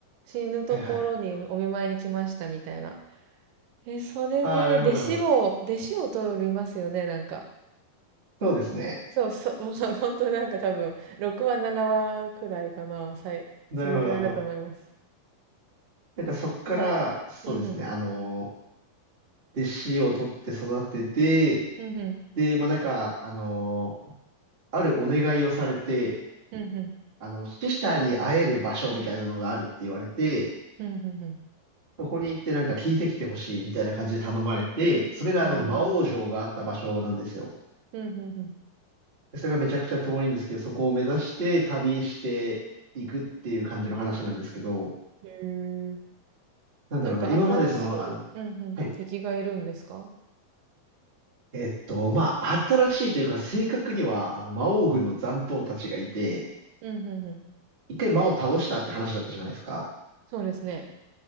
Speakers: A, on the right (about 80°); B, on the right (about 55°).
A: 死ぬところにお見舞いに来ましたみたいな。
B: はいはい。
A: えー、それで、
B: ああ、なるほど、
A: 弟子を、
B: なるほど。
A: 弟子を取りますよね、なんか。
B: そうですね。
A: そうそう、<laughs> もう本当になんか多分、6話、7話くらいかな、さい、
B: なるほど、
A: それくらいだと思います。
B: なるほど。なんかそっから、そうですね、
A: うんうん。
B: あのー弟子を取って育てて、
A: うんうん。
B: で、まあなんか、あのーあるお願いをされて、
A: うんうん。
B: あの、死者に会える場所みたいなのがあるって言われて、
A: うんうんうん。
B: そこに行ってなんか聞いてきてほしいみたいな感じで頼まれて、それがあの、
A: へえ。
B: 魔王城があった場所なんですよ。
A: うん、うん、うん。
B: でそれがめちゃくちゃ遠いんですけど、そこを目指して旅していくっていう感じの話なんですけど、
A: へえ。
B: なんだろうな、
A: なんか新しい、
B: 今までその、あの、
A: うん、うん、
B: はい。
A: 敵がいるんですか
B: えっと、まあ、新しいというか、正確には、あの、魔王軍の残党たちがいて、
A: うん、うん、うん。
B: 一回魔王倒したって話だったじゃないですか。
A: そうですね。